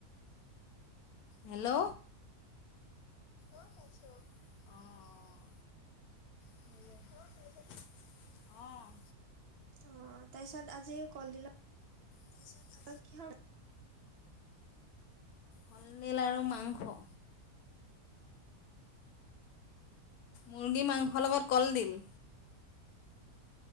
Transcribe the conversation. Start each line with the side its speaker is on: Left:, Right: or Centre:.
Left: হেল্ল'? অ পাইছো অ, অ অ। <unintelligible> অ।
Right: অ তাৰ পিছত আজি কলডিল
Left: তাৰপিছত আ
Right: অ কিহ
Left: কলদিল আৰু মাংস। মুৰ্গী মাংসৰ লগত কলডিল